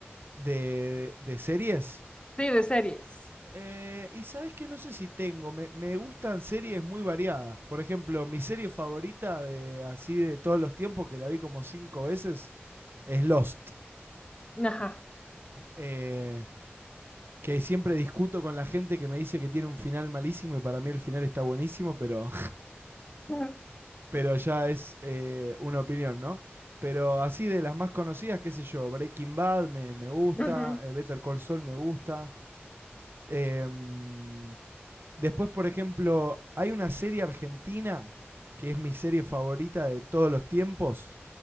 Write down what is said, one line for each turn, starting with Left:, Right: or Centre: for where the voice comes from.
Right: de, de series
Left: Sí, de series.
Right: Eh, y sabes que no sé si tengo, me, me gustan series muy variadas. Por ejemplo, mi serie favorita de así de todos los tiempos, que la vi como cinco veces, es Lost.
Left: Ajá.
Right: Eh, que siempre discuto con la gente que me dice que tiene un final malísimo y para mí el final está buenísimo, pero,
Left: <laughs>
Right: <laughs> pero ya es eh, una opinión, ¿no? Pero así de las más conocidas, qué sé yo, Breaking Bad me, me gusta,
Left: Ujú.
Right: eh, Better Call Saul me gusta. em, Después, por ejemplo, hay una serie argentina que es mi serie favorita de todos los tiempos,